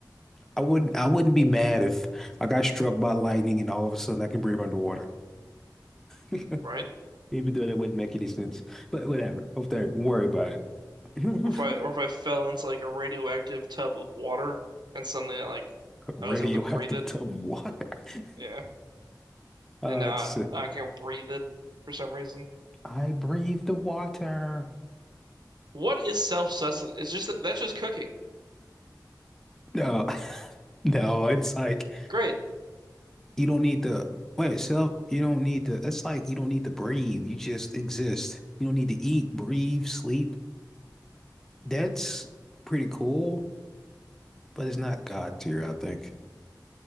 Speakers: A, in the centre; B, on the right.
A: I wouldn't I wouldn't be mad if I got struck by lightning and all of a sudden I can breathe underwater. <laughs>
B: right?
A: Even though that wouldn't make any sense. But whatever. Hope they don't worry about it. <laughs>
B: Or if I or if I fell into like a radioactive tub of water and suddenly I like
A: Radioactive
B: I was able to breathe it.
A: tub of water. <laughs>
B: Yeah,
A: Uh,
B: and now
A: it's uh,
B: I, I can breathe it for some reason.
A: I breathe the water.
B: What is self-sustenance? It's just that's just cooking.
A: No, <laughs> no, it's like
B: Great.
A: You don't need to wait, self, you don't need to, it's like you don't need to breathe. You just exist. You don't need to eat, breathe, sleep. That's pretty cool, but it's not God tier, I think.